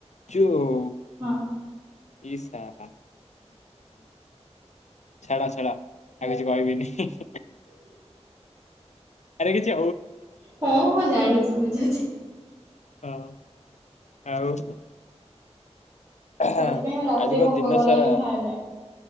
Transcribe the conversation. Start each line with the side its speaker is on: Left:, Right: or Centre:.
Left: ଚୁ <unintelligible>
Right: ହଁ
Left: ଇ ସାରା ଛାଡ଼ ଛାଡ଼ ଆଉ କିଛି କହିବିନି। ଆରେ କିିଛି
Right: ହଁ ହଁ ଜାଣିଛି ବୁଝୁଛି।
Left: ହଁ ଆଉ ହଁ
Right: ସେଥିପାଇଁ ଆଉ ରାତିରେ
Left: ଆଜିିକ
Right: ଭୋକ
Left: ଦିନ
Right: କଲାନି
Left: ସାରା
Right: ଖାଇଲାନି